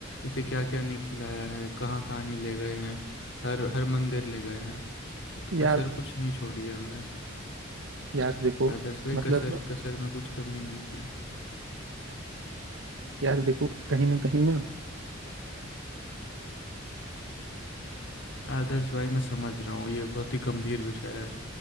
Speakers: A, on the left; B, on the right.
A: इसे क्या क्या नहीं खिलाया है कहाँ कहाँ नहीं ले गए हैं हर हर मंदिर ले गए हैं
B: यार
A: कसर कुछ नहीं छोड़ी है हमने
B: यार देखो
A: आदर्श भाई
B: मतलब
A: कसर कसर में कुछ कमी नहीं थी
B: यार देखो कहीं ना कहीं ना
A: आदर्श भाई मैं समझ रहा हूँ ये बहुत ही गंभीर विषय है